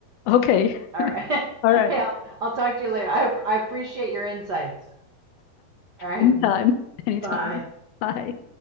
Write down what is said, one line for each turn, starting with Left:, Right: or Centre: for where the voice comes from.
Left: okay.
Right: All right.
Left: <laughs>
Right: <laughs>
Left: All right.
Right: Hey, I'll, I'll talk to you later. I, I appreciate your insights. All right.
Left: Anytime. Anytime.
Right: Bye.
Left: Bye.